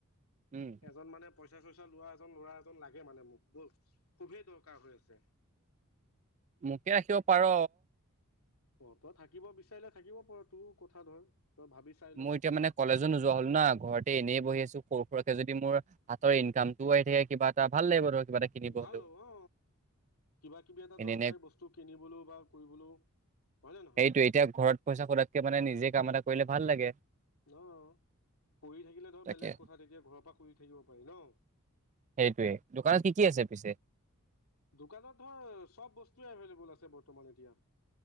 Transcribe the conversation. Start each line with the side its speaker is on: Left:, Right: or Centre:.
Right: উম,
Left: এজন মানে পই পইচা চইচা লোৱা এজন লৰা এজন লাগে মানে মোক। বল খুবেই দৰকাৰ হৈ আছে।
Right: মোকে ৰাখিব পাৰ
Left: অহ তই থাকিব বিচাৰিলে থাকিব পাৰ তোৰ কথা ধৰ। তই ভাবি চাই ল
Right: মই এতিয়া মানে কলেজো নোযোৱা হ'লো না ঘৰতে এনেই বহি আছো। সৰু সুৰাকে যদি মোৰ হাতৰ ইনকাম টোও আহি থাকে কিবা এটা ভাল লাগিব ধৰ। কিবা এটা কিনিব
Left: ভাল
Right: হ'লেও।
Left: হব অ কিবা কিবি এটা
Right: এনে
Left: দৰকাৰী
Right: এনে
Left: বস্তু কিনিবলৈও বা কৰিবলৈও হয়নে নহয়?
Right: সেইটোৱে এতিয়া ঘৰত পইচা খোটাতকে মানে নিজে কাম এটা কৰিলে ভাল লাগে।
Left: ন পঢ়ি থাকিলে ধৰ
Right: তাকে
Left: বেলেগ কথা তেতিয়া ঘৰৰ পৰা শুই থাকিব পাৰি ন?
Right: সেইটোৱে দোকানত কি কি
Left: অ'
Right: আছে পিছে?
Left: দোকানত ধৰ চব বস্তু এভেইলেবল আছে। আছে বৰ্তমান এতিয়া।